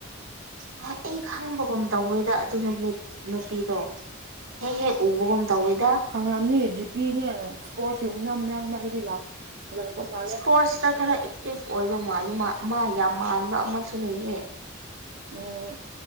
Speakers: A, on the right; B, on the right.
A: ꯍ ꯑꯩ ꯈꯪꯕꯒꯨꯝ ꯇꯧꯉꯣꯏꯗ ꯑꯗꯨ ꯅꯨꯃꯤꯠ ꯅꯨꯄꯤꯗꯣ ꯍꯦꯛ ꯍꯦꯛ ꯎꯕꯒꯨꯝ ꯇꯧꯋꯦꯗ
B: ꯈꯪꯔꯝꯅꯤ ꯖꯤꯄꯤꯅꯦ ꯏꯁꯄꯣꯔꯠꯁꯀꯨꯝꯕꯅ ꯃꯔꯛ ꯃꯔꯛꯇꯗꯤ ꯂꯥꯛ ꯂꯥꯛꯄ ꯃꯥꯜꯂꯦ
A: ꯏꯁꯄꯣꯔꯠꯁꯇ ꯈꯔ ꯑꯦꯛꯇꯤꯞ ꯑꯣꯏꯕ ꯃꯥꯜꯂꯤꯦ ꯃꯥ ꯌꯥꯝ ꯃꯥꯟꯕ ꯑꯃꯁꯨ ꯂꯩꯌꯦ
B: ꯎꯝ